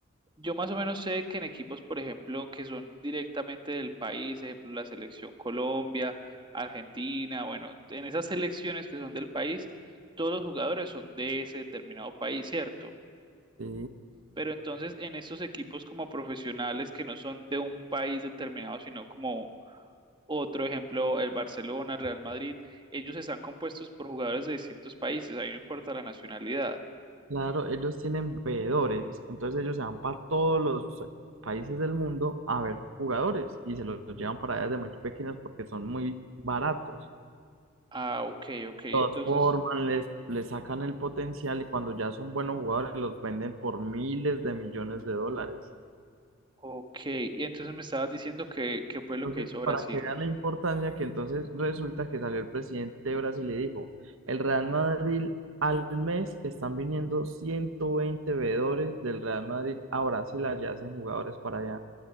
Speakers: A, on the right (about 25°); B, on the right (about 65°).
A: Yo más o menos sé que en equipos, por ejemplo, que son directamente del país, ejemplo, la selección Colombia, Argentina, bueno, en esas selecciones que son del país, todos los jugadores son de ese determinado país, ¿cierto?
B: sí,
A: Pero entonces en estos equipos como profesionales que no son de un país determinado, sino como otro ejemplo, el Barcelona, Real Madrid, ellos están compuestos por jugadores de distintos países, ahí no importa la nacionalidad.
B: Claro, ellos tienen veedores, entonces ellos se van para todos los países del mundo a ver jugadores y se los llevan para allá desde muy pequeños porque son muy baratos.
A: Ah, ok, ok, entonces...
B: Los forman, les, les sacan el potencial y cuando ya son buenos jugadores los venden por miles de millones de dólares.
A: Ok, y entonces me estabas diciendo que, que fue lo
B: Entonces,
A: que hizo Brasil.
B: para que vean la importancia que entonces resulta que salió el presidente de Brasil y dijo, el Real Madrid al mes están viniendo 120 veedores del Real Madrid a Brasil, allá hacen jugadores para allá.